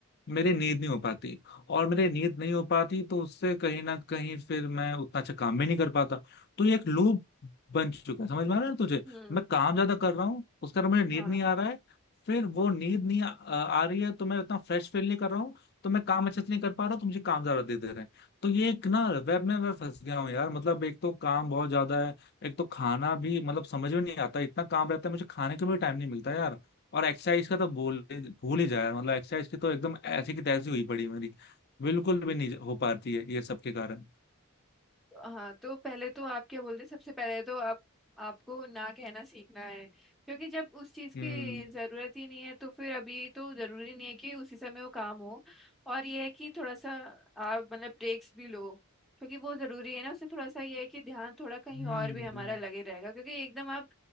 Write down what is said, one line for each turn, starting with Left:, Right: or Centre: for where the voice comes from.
Left: मेरी नींद नहीं हो पाती और मेरी नींद नहीं हो पाती तो उससे कहीं ना कहीं फिर मैं उतना अच्छा काम भी नहीं कर पाता तो ये एक लूप बन चुका है समझ में आ रहा है ना तुझे
Centre: हम्म
Left: मैं काम ज्यादा कर रहा हूँ उसका मुझे नींद
Centre: हाँ
Left: नहीं आ रहा है फिर वो नींद नहीं आ, आ रही है तो मैं उतना फ्रेश फील नहीं कर रहा हूँ तो मैं काम अच्छे से नहीं कर पा रहा तो मुझे काम ज्यादा दे दे रहे हैं तो ये एक ना वेब में मैं फंस गया हूँ यार मतलब एक तो काम बहुत ज्यादा है एक तो खाना भी मतलब समझ में नहीं आता इतना काम रहता है मुझे खाने को भी टाइम नहीं मिलता यार और एक्सरसाइज का तो भूल भूल ही जाए मतलब एक्सरसाइज की तो एकदम ऐसी की तैसी हुई पड़ी मेरी बिल्कुल भी नहीं हो पाती है ये सब के कारण
Centre: हाँ तो पहले तो आप क्या बोलते हैं सबसे पहले तो आप आपको ना कहना सीखना है क्योंकि जब उस चीज
Left: हम्म
Centre: की जरूरत ही नहीं है तो फिर अभी तो जरूरी नहीं है कि उसी समय वो काम हो और ये है कि थोड़ा सा आप मतलब ब्रेक्स भी लो क्योंकि वो जरूरी है ना उससे थोड़ा सा ये है कि ध्यान थोड़ा कहीं
Left: हम्म
Centre: और भी हमारा लगे रहेगा क्योंकि एकदम आप